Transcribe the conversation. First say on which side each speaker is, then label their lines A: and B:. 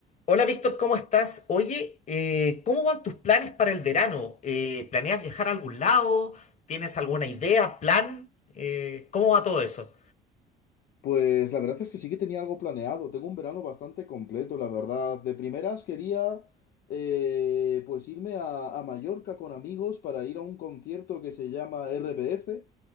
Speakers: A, on the left; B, on the left.
A: Hola Víctor, ¿cómo estás? Oye, eh, ¿cómo van tus planes para el verano? Eh, ¿planeas viajar a algún lado? ¿Tienes alguna idea, plan? Eh, ¿cómo va todo eso?
B: Pues la verdad es que sí que tenía algo planeado. Tengo un verano bastante completo, la verdad. De primeras quería eh, pues irme a, a Mallorca con amigos para ir a un concierto que se llama RBF.